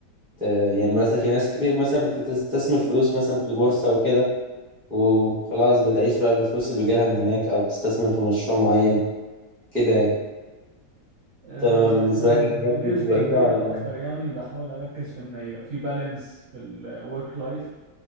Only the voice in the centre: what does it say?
ت- يعني مثلا في ناس كتير مثلا بتستثمر فلوس مثلا في البورصة وكده وخلاص بتعيش بقى من الفلوس اللي بيجيلها من هناك أو بتستثمر في مشروع معين كده يعني
تمام بالنسبة
لك
الحاجات دي بعيدة
ولا